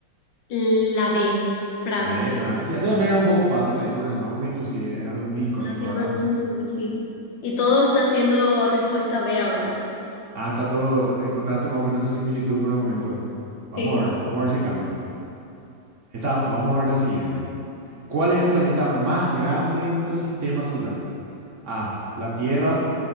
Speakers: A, on the left; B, on the right.
A: La B, Francia.
B: B, Francia. Este también era un poco fácil ahí por el nombre, inclusive es algo
A: Está
B: muy icónico,
A: haciendo
B: ¿verdad?
A: sencillo, sí. Y todo está haciendo respuesta B ahora.
B: Ah, está todo, encontraste más o menos esa similitud por el momento. Vamos
A: Sí.
B: a ver, vamos a ver si cambia. Esta- vamos a ver la siguiente. ¿Cuál es el planeta más grande de nuestro sistema solar? A, la Tierra.